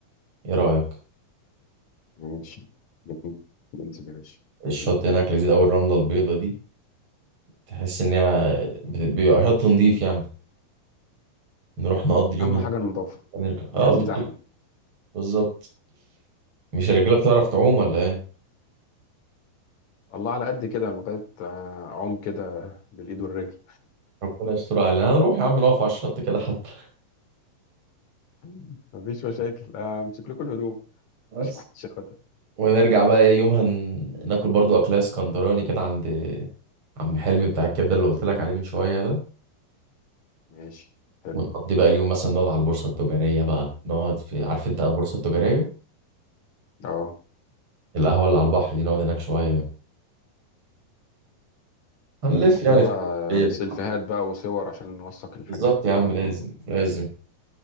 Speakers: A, on the right (about 35°); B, on the left (about 50°).
A: ايه رأيك
B: ماشي جميل ننزل يا باشا
A: الشط
B: لا
A: هناك لذيذ قوي الرملة البيضة دي تحس ان هي بت- بيبقى شط نضيف يعني نروح نقضي اليوم
B: اهم
A: هناك
B: حاجه النظافه
A: ونرجع اه
B: مش عايزين
A: بالظبط
B: زحمه
A: بالظبط. مش الرجالة بتعرف تعوم ولا ايه
B: الله على قد كده لغايه آه، اعوم كده بالايد والرجل
A: ربنا يستر علينا هنروح يا عم نقف على الشط كده حتى
B: <laughs> مفيش مشاكل آه، امسك لكم الهدوم <laughs>
A: بس
B: مش محدش ياخدها
A: ونرجع بقى ايه يومها ن- ناكل برضو اكلات اسكندراني كده عند عم حلمي بتاع الكبده اللي قلت لك عليه من شويه ده
B: ماشي حلو
A: ونقضي بقى اليوم مثلا نقعد على البورصه التجاريه بقى نقعد في عارف انت البورصه التجاريه
B: اه
A: القهوه اللي على البحر دي نقعد هناك شويه هنلف
B: ونقضيها
A: يعني
B: بقى
A: في هي في-
B: سيلفيهات بقى وصور عشان نوثق الحاجات
A: بالظبط
B: الحلوه
A: يا عم
B: دي
A: لازم لازم